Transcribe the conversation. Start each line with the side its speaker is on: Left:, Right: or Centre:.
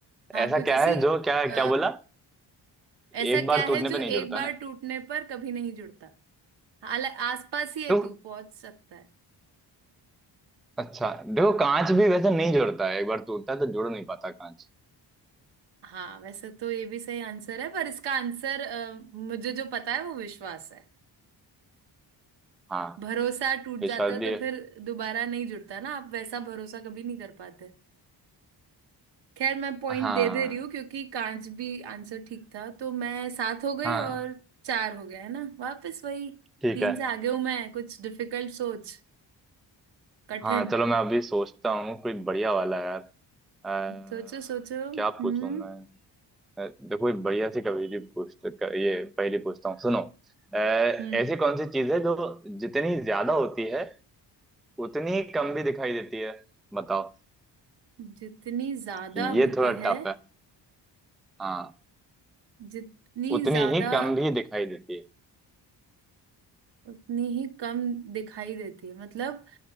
Right: हाँ
Centre: ऐसा
Right: कुछ ऐसी
Centre: क्या है जो क्या
Right: अ,
Centre: क्या बोला
Right: ऐसा
Centre: एक
Right: क्या
Centre: बार टूटने
Right: है जो
Centre: पे नहीं जुड़ता
Right: एक बार
Centre: ना
Right: टूटने पर कभी नहीं जुड़ता हालांकि आसपास ही है
Centre: तो
Right: तू पहुंच सकता है
Centre: अच्छा देखो कांच भी वैसे नहीं जुड़ता है एक बार टूटता है तो जुड़ नहीं पाता कांच
Right: हाँ वैसे तो ये भी सही आंसर है पर इसका आंसर अ, मुझे जो पता है वो विश्वास है
Centre: हाँ
Right: भरोसा टूट
Centre: विश्वास
Right: जाता है
Centre: भी
Right: तो
Centre: है
Right: फिर दोबारा नहीं जुड़ता ना आप वैसा भरोसा कभी नहीं कर पाते खैर मैं पॉइंट
Centre: हाँ
Right: दे दे रही हूँ क्योंकि कांच भी आंसर ठीक था तो मैं सात हो गई
Centre: हाँ
Right: और चार हो गया है ना वापस वही
Centre: ठीक
Right: तीन
Centre: है
Right: से आगे हूं मैं कुछ डिफिकल्ट सोच कठिन
Centre: हाँ चलो मैं अभी सोचता हूँ कोई बढ़िया वाला यार अ,
Right: सोचो सोचो
Centre: क्या
Right: हम्म
Centre: पूछूं मैं अ, देखो एक बढ़िया सी कभी भी पूछते क- ये पहली पूछता हूँ सुनो अ, ऐसी
Right: हम्म
Centre: कौन सी चीज है जो जितनी ज्यादा होती है उतनी ही कम भी दिखाई देती है बताओ
Right: जितनी ज्यादा
Centre: ये
Right: होती
Centre: थोड़ा
Right: है
Centre: टफ है हाँ
Right: जितनी
Centre: उतनी
Right: ज्यादा
Centre: ही कम भी दिखाई देती है
Right: उतनी ही कम दिखाई देती है मतलब